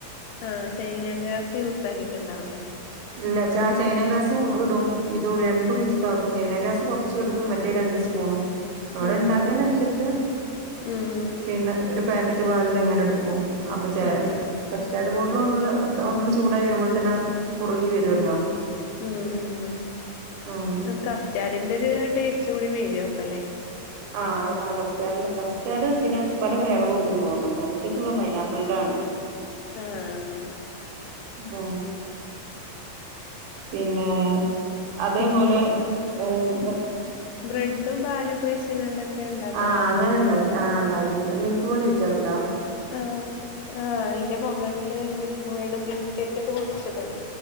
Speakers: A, on the left (about 85°); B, on the right (about 85°).
A: ആഹ് ചൈന ഗ്രാസ് യൂസാക്കിയിട്ടുണ്ടാവൂല്ല,
B: ഇല്ല ചൈന ഗ്രാസും ഇടും ഇതും രണ്ടും
A: ആഹ്
B: മിക്സ് ആക്കും. ചൈനാ ഗ്രാസ് കൊറച്ചും എടുക്കും മറ്റേ രണ്ട് സ്പൂണും നമ്മള്
A: ആഹ്
B: ഇണ്ടാക്കുന്നതിനനുസരി ച്ച്
A: ഉം
B: പിന്നെ ഒരു പാക്കറ്റ് പാലിന് ഇങ്ങനെ എടുക്കും അപ്പൊ ച
A: ആഹ്
B: കസ്റ്റാർഡ് പൗഡർ ഒന്ന് ഒന്ന് ചൂടായി വരുമ്പോ തന്നെ കുറുകി വരൊല്ലോ,
A: ഉം
B: ആഹ്
A: ഉം കസ്റ്റാർഡിന്റെ ഒരു ടേസ്റ്റ് കൂടി വരൂ അപ്പ ല്ലേ,
B: ആഹ് ആ കസ്റ്റാർഡിന്റെ കസ്റ്റാർഡ് പിന്നെ പല ഫ്ലേവറും ഉണ്ട് തോന്ന്ണ് ഞാ എന്റടുത്തുള്ളത് പൈനാപ്പിളിന്റെ ആണ്.
A: ആഹ്
B: അപ്പോ പിന്നെ അതേപോലെ
A: പിന്നെ
B: ഏഹ്
A: ബ്രെഡും പാലൊക്കെ വെച്ച്കാണ്ടൊക്കെ ഉണ്ടാക്കുമല്ലോ
B: ആഹ് അങ്ങനെ ഉണ്ടാക്കി ആഹ് ഇണ്ടാക്കിയിട്ടുണ്ട് മിൽക്ക് മേഡ് ഒഴിക്കാറുണ്ടോ?
A: ആഹ് ആഹ് അയിന്റെ മുകളില് മിൽക്ക് മേഡും ബിസ്ക്കറ്റൊക്കെ പൊടിച്ചൊക്കെടും.